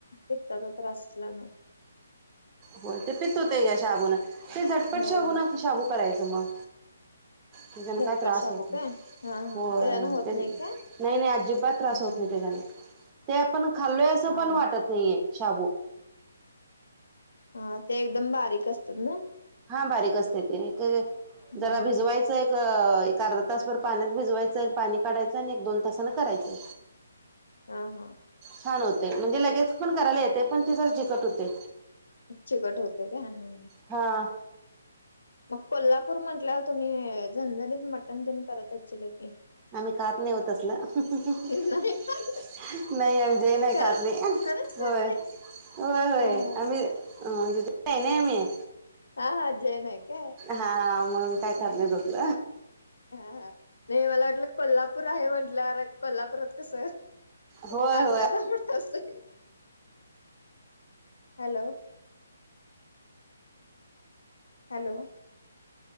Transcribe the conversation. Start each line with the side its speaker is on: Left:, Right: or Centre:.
Left: पित्ताचा त्रास असल्यान.
Right: हो ते पित होतय या शाबून, ते झटपट
Left: होय
Right: शाबून
Left: होय
Right: शाबू करायचं मग. त्याच्यानं
Left: झटपट
Right: काय त्रास
Left: शाबू
Right: होत नाही
Left: काय हा
Right: हो
Left: हा त्यानं होत
Right: ते
Left: नाय काय?
Right: नाही नाही अजिबात त्रास
Left: हम्म.
Right: होत नाही त्याज्याने, ते आपण खाल्लोय असं
Left: हा
Right: पण
Left: हा
Right: वाटत नाहीये शाबू.
Left: हा ते एकदम बारीक असतात ना?
Right: हा बारीक असतय ते एक
Left: हम्म.
Right: जरा भिजवायचंय अ एक अर्धा तासभर पाण्यात भिजवायचं अन पाणी काढायचं आणि एक दोन तासान करायचं.
Left: हा हा.
Right: छान होतय, म्हणजे लगेच पण करायला येतय पण तेजरा जीकट हुतंय.
Left: चिकट होतय काय हा
Right: हा.
Left: मग कोल्हापूर म्हटल्यावर तुम्ही झणझणीत मटण तेन करत अच्छीला की?
Right: आम्ही खात नाही होत तसलं <unintelligible>
Left: नाही खात
Right: नाही म्हणजे नाही
Left: खरंच
Right: खात नाही,
Left: खरंच
Right: होय
Left: खात नाही?
Right: होय होय
Left: हा हा
Right: आम्ही अ <inaudible> आहे नाही आम्ही
Left: हा हा जैन आहे काय
Right: हा मग काय
Left: हा
Right: खात नाही तसल
Left: हा हा नाही मला वाटलं कोल्हापूर आहे म्हंटल्यावर, कोल्हापूरात कस
Right: होय
Left: पांढरा,
Right: होय
Left: तांबडा रस्सा <unintelligible> हॅलो हॅलो.